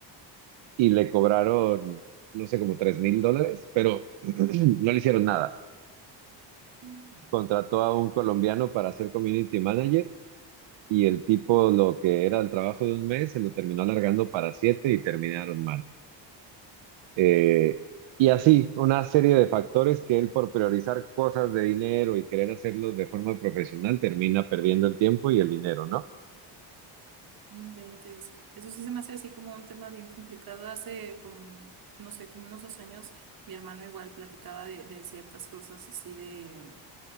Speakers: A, on the right; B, on the right.
A: y le cobraron, no sé, como tres mil dólares, pero <clears throat> no le hicieron nada.
B: No
A: Contrató a un colombiano para ser community manager y el tipo lo que era el trabajo de un mes se lo terminó alargando para siete y terminaron mal. Eh, y así, una serie de factores que él por priorizar cosas de dinero y querer hacerlo de forma profesional termina perdiendo el tiempo y el dinero, ¿no?
B: inventes. Eso sí se me hace así como un tema bien complicado. Hace como, no sé, como unos dos años, mi hermano igual platicaba de, de ciertas cosas así de,